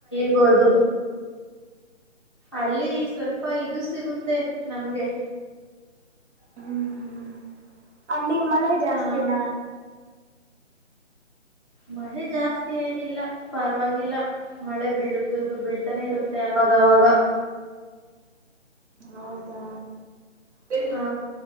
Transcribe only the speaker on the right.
ಹ್ಮ್ ಹ್ಮ್ ಅಲ್ಲಿ ಮಳೆ ಜಾಸ್ತಿನ
ಹೌದಾ ಬೆ